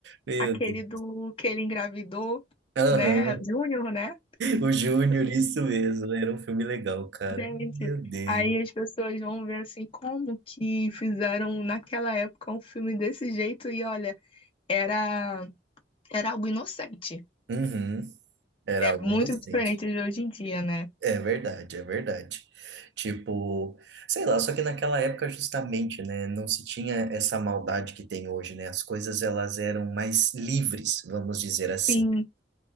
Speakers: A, on the right; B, on the left.
A: Meu
B: aquele
A: Deus.
B: do que ele engravidou,
A: Aham.
B: né? Júnior, né?
A: O Júnior, isso mesmo. Era um filme legal, cara.
B: Gente,
A: Meu Deus.
B: aí as pessoas vão ver assim como que fizeram naquela época um filme desse jeito e olha, era era algo inocente.
A: Uhum. Era
B: É
A: algo
B: muito
A: inocente.
B: diferente de hoje em dia, né?
A: É verdade, é verdade. Tipo, sei lá, só que naquela época justamente, né, não se tinha essa maldade que tem hoje, né? As coisas elas eram mais livres, vamos dizer assim.
B: Sim,